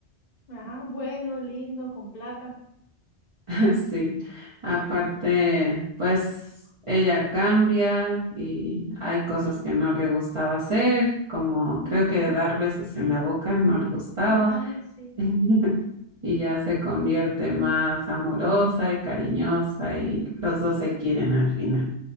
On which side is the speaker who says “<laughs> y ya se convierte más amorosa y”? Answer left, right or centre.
Right